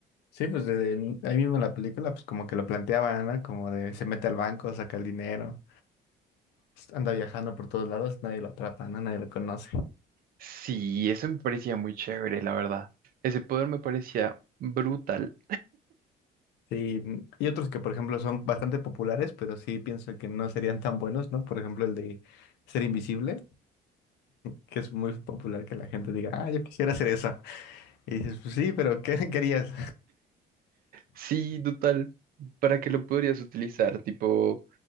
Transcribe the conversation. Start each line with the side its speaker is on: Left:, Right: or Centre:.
Left: Sí, pues desde el- ahí mismo en la película, pues como que lo planteaban, ¿no? Como de se mete al banco, saca el dinero, s- anda viajando por todos lados, nadie lo atrapa, ¿no? Nadie lo conoce.
Right: Sí, eso me parecía muy chévere, la verdad. Ese poder me parecía brutal.
Left: Sí, mm, y otros que, por ejemplo, son bastante populares, pero sí pienso que no serían tan buenos, ¿no? Por ejemplo, el de ser invisible, que es muy popular que la gente diga, ah, yo quisiera hacer eso. Y dices, pues sí, pero ¿qué <laughs> querías?
Right: Sí, total. ¿Para qué lo podrías utilizar? Tipo,